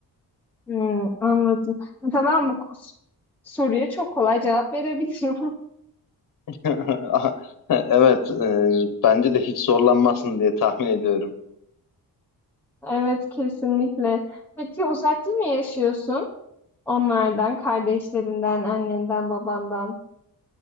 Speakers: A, in the centre; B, on the left (about 55°).
A: Hmm, anladım. Tamam bu kus- soruya çok kolay cevap verebilirim.
B: <laughs> Evet, e, bence de hiç zorlanmazsın diye tahmin ediyorum.
A: <laughs> Evet kesinlikle. Peki uzakta mı yaşıyorsun? Onlardan, kardeşlerinden, annenden, babandan.